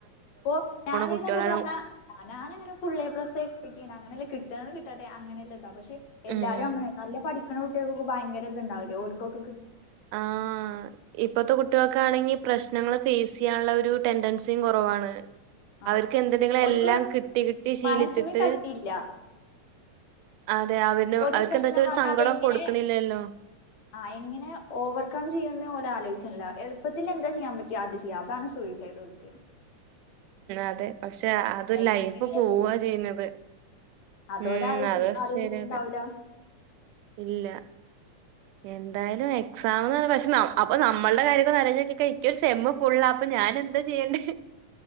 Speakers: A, on the left; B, on the right.
A: അപ്പ ഞാനന്നൊക്കെ
B: കുട്ടികളാണ്
A: പറഞ്ഞ ഞാനങ്ങനെ ഫുള്ളെ പ്ലസ് എക്സ്പെക്ട് ചെയ്യ അങ്ങനെല്ല കിട്ട ക കിട്ടെ അങ്ങനെയല്ല എന്താ പക്ഷെ എല്ലാരും
B: ഉം ഉം
A: അങ്ങനെ നല്ല പഠിക്ക പെക്ക കുട്ടികൾക്കെ ഭയങ്കര ഇത് ഉണ്ടാവില്ല ഓൽക്ക
B: ആ ഇപ്പത്തെ കുട്ടികൾക്കെ ആണെങ്കി പ്രശ്നങ്ങൾ ഫേസ് ചെയ്യാനുള്ള ഒരു ടെൻഡൻസിയും കുറവാണ്
A: ആഹ്
B: അവർക്ക് എന്ത്ണ്ടെങ്കിലും
A: ഓൽക്ക്
B: എല്ലാം കിട്ടി കിട്ടി ശീലിച്ചിട്ട്
A: മനസ്സിന് കട്ടിയില്ല
B: അതെ അവന്
A: ഒരേ
B: അവർക്ക്
A: പ്രശ്നം
B: എന്താ വെച്ചാ ഒരു
A: വന്നാത
B: സങ്കടം
A: എങ്ങനെ
B: കൊടുക്കണില്ലല്ലോ
A: ആ എങ്ങനെ ഓവർകം ചെയ്യുന്ന പോലെ ആലോചിച്ചില്ല എളുപ്പത്തിൽ എന്താ ചെയ്യാൻ പറ്റിയ അത് ചെയ്യാം അതാണ് സൂയിസൈഡ്ക്ക്
B: അതെ പക്ഷെ അത്
A: എല്ലാത്തിനുള്ള
B: ലൈഫ് പോവാ
A: സൊല്യൂഷന്
B: ചെയ്യുന്നത്
A: അതോല്
B: ഉം
A: ആലോചി
B: അത
A: ആലോചിക്ക്ണ്ടാവൂല
B: ശരിയന്നെ ഇല്ല എന്തായാലും എക്സാംന്ന് പക്ഷെ അപ്പൊ നമ്മളുടെ ഇത് <unintelligible> സെമ്മ് ഫുള്ളാ അപ്പം ഞൻ എന്താ ചെയ്യണ്ടേ